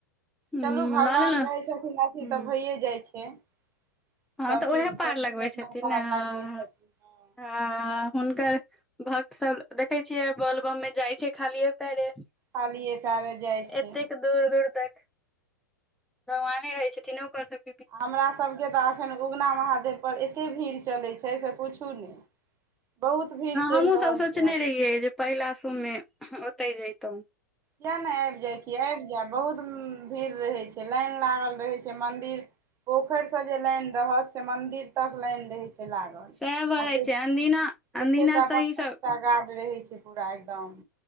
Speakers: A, in the centre; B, on the right.
A: हूँ
B: चलू, भगवान
A: लऽ लेलौं
B: रहैत छथिन। अथी
A: हूँ
B: तऽ भइये जाइ छै सब
A: हँ तऽ उएह
B: चीज
A: पार
B: सबचीज
A: लगबै
B: अपना
A: छथिन
B: पार
A: ने हँ
B: लगबै छथिन हँ
A: हँ हुनकर भक्त सब देखै छियै बलबम मे जाइ छै खालिए पैरे
B: खालिए पयरै जाइ छै
A: एतेक दूर दूर तक भगवाने रहय छथिन ओकर सब
B: हमरा सभके तऽ एखन उगना महादेवपर एतेक भीड़ चलै छै से पुछू ने बहुत भीड़ चलि
A: हमहुँ
B: रहल
A: सब सोचने
B: छै अखन
A: रहियै जे पहिला सोममे ओतहि जैतहुँ
B: किएक नहि आबि जाइत छी आबि जायब, बहुत भीड़ रहैत छै, लाइन लागल रहैत छै मन्दिर मे पोखरि सँ जे लाइन रहत, से मन्दिर तक लाइन रहैत छै लागल
A: सएह भऽ
B: आ <unintelligible>
A: जाइ
B: चारि
A: छै अनदिना अनदिना
B: टा-पाँच
A: सही सब
B: टा गार्ड रहैत छै, पूरा एकदम।